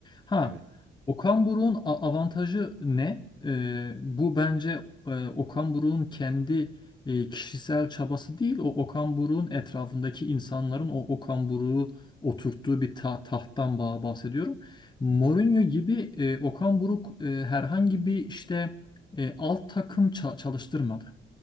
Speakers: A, on the left (about 20°); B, on the right (about 70°).
A: Ha
B: Evet.
A: Okan Buruk'un a- avantajı ne? E, bu bence e, Okan Buruk'un kendi e, kişisel çabası değil o Okan Buruk'un etrafındaki insanların o Okan Buruk'u oturttuğu bir ta- tahttan ba- bahsediyorum. Mourinho
B: Hı hı.
A: gibi e, Okan Buruk e, herhangi bir işte e, alt takım ça- çalıştırmadı.